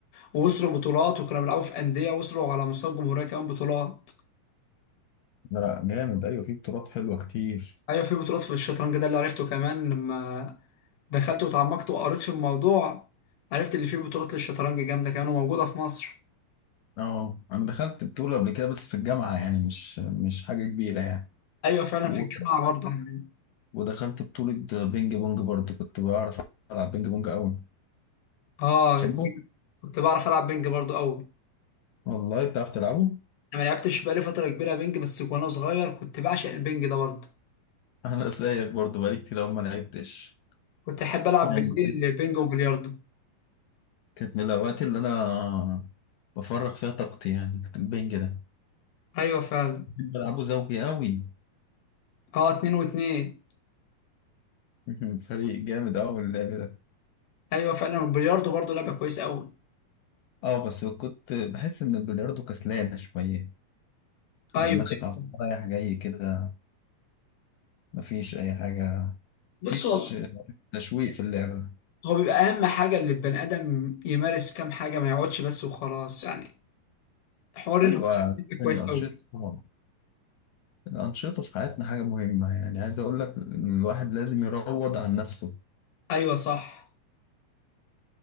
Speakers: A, on the left; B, on the left.
A: ووصلوا بطولات وكانوا بيلعبوا في أندية وصلوا على مستوى الجمهورية كمان بطولات
B: لا لا جامد ايوه في بطولات حلوة كتير
A: أيوة في بطولات في الشطرنج ده اللي عرفته كمان لما دخلت وتعمقت وقريت في الموضوع عرفت اللي فيه بطولات للشطرنج جامدة كمان وموجودة في مصر
B: اه انا دخلت بطولة قبل كده بس في الجامعة يعني مش مش حاجة كبيرة يعني
A: أيوة فعلا
B: و...
A: في الجامعة برضه عندنا
B: ودخلت بطولة بينج بونج برضه كنت بعرف ألعب بينج بونج قوي
A: آه
B: تحبه؟
A: كنت بعرف ألعب بينج برضه أوي
B: والله بتعرف تلعبه؟
A: أنا ما لعبتش بقالي فترة كبيرة بينج بس وأنا صغير كنت بعشق البينج ده برضه
B: انا زيك برضو بقالي كتير أوي ما لعبتش
A: كنت أحب ألعب
B: يعني
A: بالليل بينج وبلياردو
B: كانت من الاوقات اللي انا بفرغ فيها طاقتي يعني كنت البنج ده
A: أيوة فعلا
B: بحب العبه زوجي قوي
A: آه اتنين واتنين
B: <laughs> فريق جامد قوي اللعب ده
A: ايوه فعلا والبلياردو برضه لعبه كويسه قوي
B: اه بس كنت بحس ان البلياردو كسلان شويه
A: ايوه
B: يعني ماسك
A: ايوه
B: عصا رايح جاي كده مفيش اي حاجه
A: بص
B: مفيش
A: هو
B: تشويق في اللعبه
A: هو بيبقى اهم حاجه اللي البني ادم يمارس كام حاجه ما يقعدش بس وخلاص يعني حوار الهوايه
B: ايوه
A: ده بيبقى كويس
B: الانشطه
A: قوي
B: طبعا الانشطه في حياتنا حاجه مهمه يعني عايز اقول لك إن الواحد لازم يروض عن نفسه
A: ايوه صح